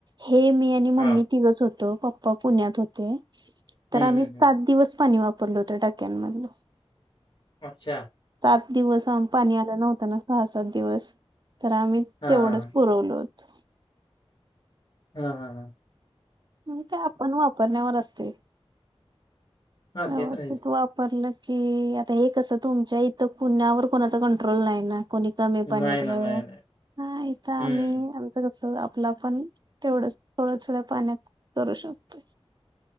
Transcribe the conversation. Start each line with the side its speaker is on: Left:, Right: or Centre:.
Right: हे मी आणि
Left: हां.
Right: मम्मी तिघच होतो होतो पुण्यात होते
Left: हं,
Right: तर आम्ही
Left: हं,
Right: सात
Left: हं.
Right: दिवस पाणी वापरलं होतं टाक्यांमधलं
Left: अच्छा.
Right: सात दिवस पाणी आलं नव्हता ना सहा सात दिवस तर आम्ही
Left: हां,
Right: तेवढंच
Left: हां, हां.
Right: पुरवल होत
Left: हम हम हम
Right: म ते आपण वापरण्यावर असतय
Left: हां,
Right: व्यवस्थित
Left: ते तर आहेच.
Right: वापरल कि आता हे कसं तुमच्या इथं कुणावर कुणाचा कंट्रोल नाही ना कोणी कमी
Left: नाही
Right: पाणी वगैरे
Left: ना, नाही, नाही.
Right: हा इथं आम्ही
Left: हं.
Right: आमचं कस आपल आपण तेवढं थोड्या थोड्या पाण्यात करू शकतो